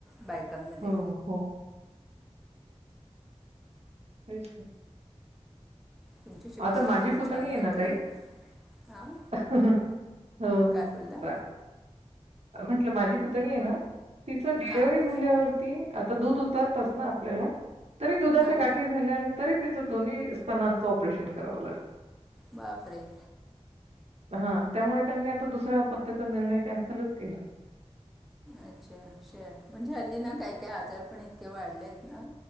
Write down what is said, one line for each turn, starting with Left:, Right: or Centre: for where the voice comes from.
Centre: बायकांमध्ये.
Right: हो, हो. तेच तर.
Centre: तुमच्याशी बोलून
Right: आता माझी
Centre: खूप
Right: पुतणी
Centre: छान
Right: आहे
Centre: वाटलं
Right: ना ताई
Centre: हां
Right: हम हो
Centre: काय बोलला
Right: बर. म्हटलं माझी पुतणी आहे ना, तिचं डिलेव्हरी
Centre: हां
Right: झाल्यावर आता दूध उतरतंच ना आपल्याला, तरी दुधाच्या
Centre: हां
Right: गाठी झाल्या आणि तरी तिचं, दोन्ही स्तनांचं ऑपरेशन करावं लागलं.
Centre: बापरे!
Right: <inaudible> हा, त्यामुळे त्यांनी आता दुसऱ्या आपत्याचा निर्णय कॅन्सलंच केला.
Centre: अच्छा, असं आहे. ‌ म्हणजे हल्ली ना काय-काय आजार पण इतके वाढले आहेत ना,